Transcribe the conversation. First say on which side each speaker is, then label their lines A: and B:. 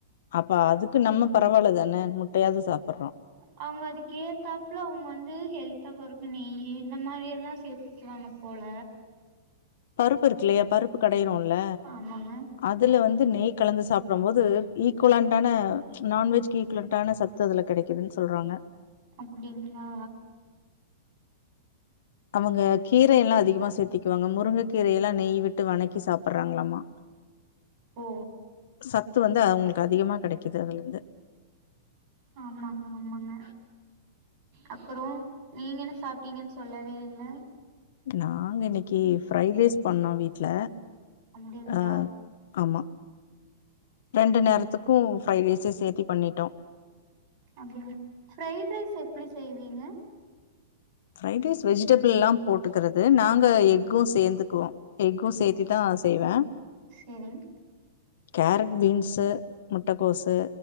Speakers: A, on the left (about 70°); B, on the right (about 45°).
A: அப்ப அதுக்கு நம்ம பரவால்ல தான முட்டையாவது சாப்புட்றோ
B: அவுங்க அதுக்கு ஏத்தாப்புல அவுங்க வந்து ஹெல்த்தா போறக்கு நெய் இந்த மாரி எல்லா சேத் க்குவாங்க போல
A: பருப்பு இருக்குல்லையா பருப்பு கடையிறோம்ல்ல
B: ஆமாங்க
A: அதுல வந்து நெய் கலந்து சாப் படும் போது ஈக்குவலண்டான நான்வெஜ்கு ஈக்குலண்டான சத்து அதுல கெடக்குதுன்னு சொல்றாங்க
B: அப்டிங்களா
A: அவுங்க கீர எல்லா அதிகமா சேத்திகுவாங்க முருங்க கீரையெல்லா நெய் விட்டு வணக்கி சாப்டுறாங்களாமா
B: ஓ
A: சத் து வந்து அவுங்களுக்கு அதிகமா கெடக்கிது அதுலருந்து
B: ஆமாங்க ஆமாங்க அப்றோ நீங்க என்ன சாப்டிங்கனு சொல்லவே இல்ல
A: நாங்க இன்னக்கி ஃப்ரைட் ரைஸ் பண்ணோ வீட்ல
B: அப்டிங்களா
A: அ ஆமா ரெண்டு நேரத்துக்கு ஃப்ரைட் ரைஸே சேத்தி பண்ணிட்டோ
B: அப்டிங்களா ஃப்ரைட் ரைஸ் எப்டி செய்வீங்க
A: ஃப்ரைட் ரைஸ் வெஜிடபிள் ல்லா போட்டுக்கறது நாங்க எக்கு சேந்துக்குவோ எக்கு சேத்திதா செய்வே
B: சேரிங்
A: கேரட் பீன்ஸு முட்டக்கோசு